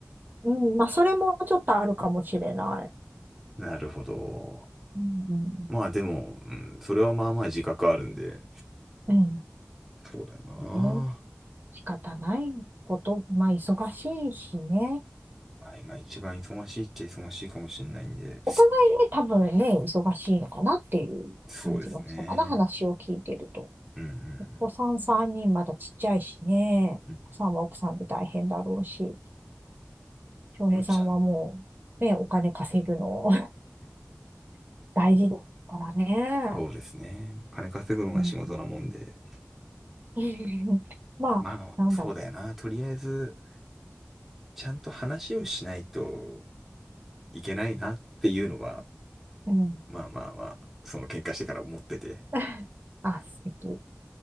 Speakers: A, on the right; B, in the centre.
A: うん、まあ、それもちょっとあるかもしれない。
B: なるほど。
A: うん
B: まあでも、うん、それはまあまあ自覚あるんで、
A: うん。
B: そうだよな。
A: うん。ね。仕方ないこと。まあ、忙しいしね。
B: まあ、今一番忙しいっちゃ忙しいかもしれないんで、
A: お互いね、多分ね、忙しいのかなっていう感じはしたかな。
B: そうですね。
A: 話を聞いてると。
B: うんうん
A: お子さん3人まだちっちゃいしね。
B: うん。うん
A: 奥さんは奥さんで大変だろうし。翔平さんはもう、
B: どっちなんだ。
A: ね、お金稼ぐの <laughs> 大事だからね。
B: そうですね。金稼ぐのが仕事なもんで。
A: うんうん。<laughs> まあ、
B: まあ、
A: なんだろう。
B: そうだよな。とりあえず、ちゃんと話をしないといけないなっていうのは、
A: うん。
B: まあまあまあ、その喧嘩してから思ってて、
A: <laughs> あ、素敵。